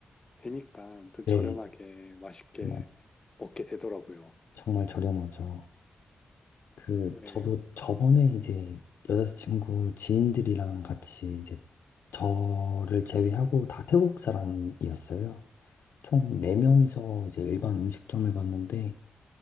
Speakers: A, on the left; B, on the left.
A: 되니까 좀 저렴하게
B: 네,
A: 맛있게
B: 정말,
A: 먹게 되더라고요.
B: 정말 저렴하죠. 그,
A: 네,
B: 저도 저번에 이제 여자친구 지인들이랑 같이 이제 저를 제외하고 다 태국 사람이었어요. 총 4명이서 이제 일반 음식점을 갔는데,